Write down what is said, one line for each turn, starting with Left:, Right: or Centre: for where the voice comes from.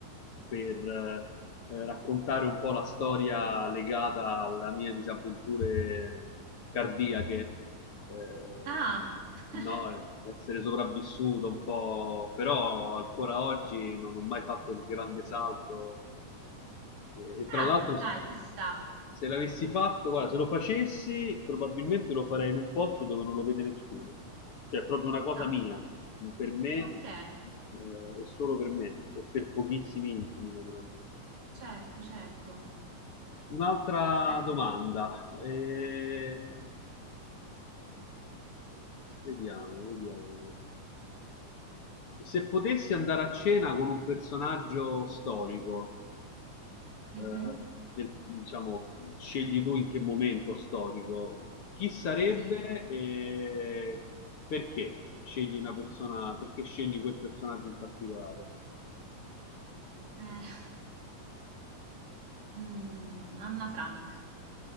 Left: per eh, raccontare un po' la storia legata alle mie disavventure cardiache. Eh,
Right: Ah, <laughs>
Left: no, essere sopravvissuto un po', però ancora oggi non ho mai fatto il grande salto. E, e tra
Right: ah,
Left: l'altro,
Right: dai, chissà.
Left: se l'avessi fatto, guarda, se lo facessi, probabilmente lo farei in un posto dove non lo vede nessuno. Cioè, è proprio una cosa
Right: Ah,
Left: mia, per me,
Right: ok,
Left: eh, e solo per me, e per pochissimi intimi, naturalmente.
Right: certo, certo.
Left: Un'altra
Right: Bello.
Left: domanda, eh, vediamo, vediamo. Se potessi andare a cena con un personaggio storico,
Right: Mhm,
Left: eh, del- diciamo, scegli tu in che momento storico, chi sarebbe
Right: Sì.
Left: e perché scegli una persona, perché scegli quel personaggio in particolare?
Right: Eh, <laughs> mm, Anna Frank.